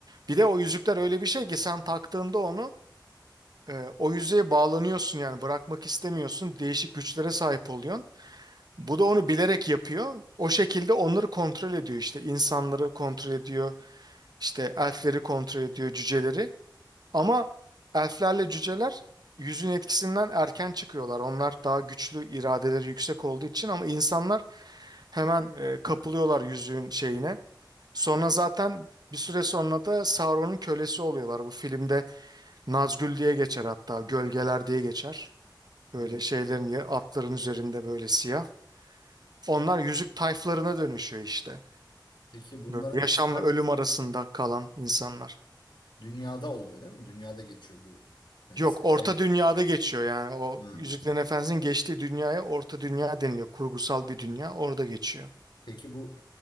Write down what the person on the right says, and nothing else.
bir de o yüzükler öyle bir şey ki sen taktığında onu e, o yüzeye bağlanıyorsun yani bırakmak istemiyorsun. Değişik güçlere sahip oluyorsun. Bu da onu bilerek yapıyor. O şekilde onları kontrol ediyor işte. İnsanları kontrol ediyor. işte elfleri kontrol ediyor, cüceleri. Ama elflerle cüceler yüzün etkisinden erken çıkıyorlar. Onlar daha güçlü, iradeleri yüksek olduğu için ama insanlar hemen e, kapılıyorlar yüzüğün şeyine. Sonra zaten bir süre sonra da Sauron'un kölesi oluyorlar. Bu filmde Nazgül diye geçer hatta, gölgeler diye geçer. Böyle
şeylerin ya- atların üzerinde böyle siyah. Onlar yüzük tayflarına dönüşüyor işte.
Böyle yaşamla
ölüm arasında kalan insanlar.
Yok, Orta
Dünya'da geçiyor yani. O
Yüzüklerin Efendisi'nin geçtiği dünyaya Orta Dünya deniliyor. Kurgusal bir dünya orada geçiyor.